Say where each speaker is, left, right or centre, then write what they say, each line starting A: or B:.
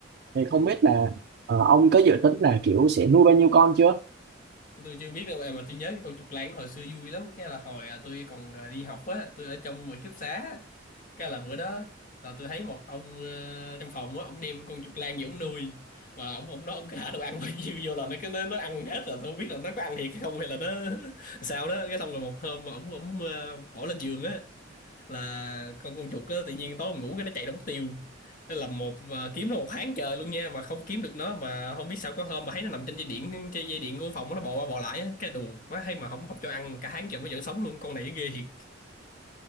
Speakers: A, on the right; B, on the left.
A: thì không
B: ừ.
A: biết là ờ, ông có dự tính là kiểu sẽ nuôi bao nhiêu con chưa
B: tôi chưa biết đâu em mà tôi nhớ cái con chuột lang nó hồi xưa vui lắm cái là hồi à, tôi còn à, đi học á tôi ở trong ký túc xá cái là bữa đó là tôi thấy một ông ờ, trong phòng á ông đem con chuột lang gì ông nuôi mà ông ông nói ông cứ thả đồ ăn <laughs> bao nhiêu vô là nó cứ nó, nó ăn hết rồi tôi không biết là nó có ăn thiệt hay không hay là nó <laughs> sao đó cái xong rồi một hôm mà ông ông ờ, bỏ lên giường á là con con chuột đó tự nhiên tối mình ngủ cái nó chạy ra mất tiêu nó làm một mà kiếm nó một tháng trời luôn nha mà không kiếm được nó mà không biết sao có hôm mà thấy nó nằm trên dây điện trên dây điện của phòng nó bò qua bò lại á cái đù má hay mà không không cho ăn mà cả tháng trời mới vẫn sống luôn con này ghê thiệt